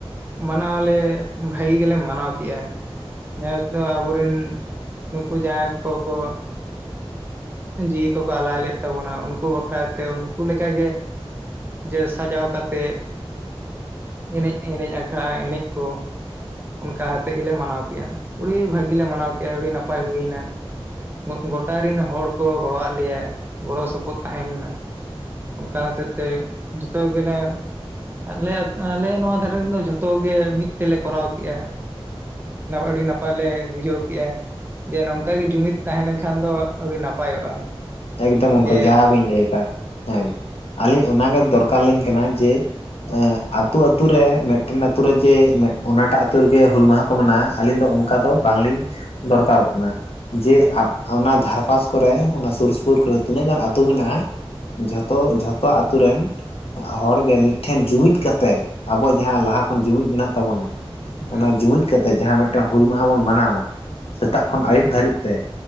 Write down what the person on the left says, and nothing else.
ᱮᱠᱫᱚᱢ ᱜᱚᱝᱠᱮ
ᱡᱟ ᱵᱤᱱ ᱞᱟᱹᱭ ᱟᱠᱟᱫ ᱦᱮᱸ ᱟᱹᱞᱤᱧ ᱚᱱᱟᱜᱮ ᱫᱚᱨᱠᱟᱨᱞᱤᱧ ᱠᱟᱱᱟ ᱡᱮ ᱟᱛᱩ ᱟᱛᱩ ᱨᱮ ᱢᱤᱫᱴᱮᱱ ᱟᱛᱩ ᱨᱮ ᱡᱮ ᱚᱱᱟᱴᱟᱜ ᱟᱛᱩ ᱨᱮᱜᱮ ᱦᱩᱞ ᱢᱟᱦᱟ ᱠᱚ ᱢᱮᱱᱟᱜᱼᱟ ᱟᱹᱞᱤᱧ ᱫᱚ ᱚᱱ ᱼᱼ ᱚᱱᱠᱟ ᱫᱚ ᱵᱟᱝᱞᱤᱧ ᱫᱚᱨᱠᱟᱨᱚᱜ ᱠᱟᱱᱟ ᱡᱮ
ᱚᱱᱟ ᱫᱷᱟᱨᱮ ᱯᱟᱥ ᱠᱚᱨᱮ ᱚᱱᱟ ᱥᱩᱨ ᱥᱩ ᱼᱼ ᱯᱩᱨ ᱠᱚᱨᱮ ᱛᱤᱱᱟᱹᱜ ᱜᱟᱱ ᱟᱹᱛᱩ ᱢᱮᱱᱟᱜᱼᱟ ᱡᱷᱚᱛᱚ ᱡᱷᱚᱛᱚ ᱟᱛᱳ ᱨᱮᱱ ᱦᱚᱲᱜᱮ ᱢᱤᱫᱴᱷᱮᱱ ᱡᱩᱢᱤᱫ ᱠᱟᱛᱮᱫ ᱟᱵᱚᱣᱟᱜ ᱡᱟᱦᱟᱸ ᱞᱟᱦᱟ ᱠᱷᱚᱱ ᱡᱩᱢᱤᱫ ᱢᱮᱱᱟᱜ ᱛᱟᱵᱚᱱᱟ
ᱚᱱᱟ ᱡᱩᱢᱤᱫ ᱠᱟᱛᱮ ᱡᱟᱦᱟᱸ ᱢᱮᱫ ᱼᱼ ᱢᱤᱫᱴᱟᱝ ᱦᱩᱞ ᱢᱟᱦᱟ ᱵᱚᱱ ᱢᱟᱱᱟᱣᱟ ᱥᱮᱛᱟᱜ ᱠᱷᱚᱱ
ᱟᱹᱭᱩᱵ ᱫᱷᱟᱹᱨᱤᱡ ᱛᱮ